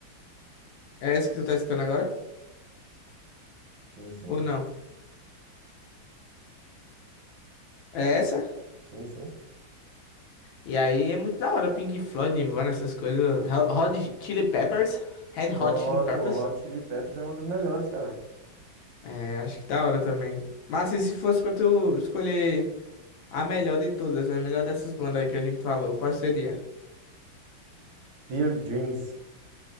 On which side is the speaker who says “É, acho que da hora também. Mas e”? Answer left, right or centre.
Left